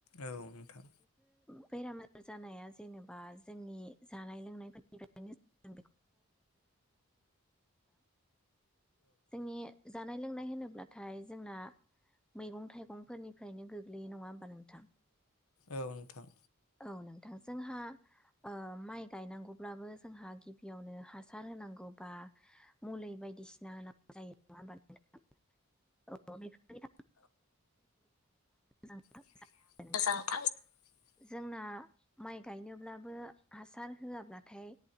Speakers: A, on the left; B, in the centre.
A: औ नोंथां
B: बेराम आजार जानाया जेनेबा जोंनि जानाय <inaudible> जोंनि जानाय लोंनाय होनोब्लाथ थाय जोंना मैगं थाइगंफोरनिफ्रायनो गोग्लैयो नङा होमबा नोंथां
A: औ नोंथां
B: औ नोंथां जोंहा ओ माइ गायनांगौब्लाबो जोंहा गिबियावनो हासार होनांगौ बा मुलि बायदिसिना होनांगौ जायो नङा <inaudible> नोंथां औ बेफोरनि <unintelligible>
A: <unintelligible>
B: <unintelligible> नोंथां जोंना माइ गायनोब्लाबो हासार होआबब्लाथाय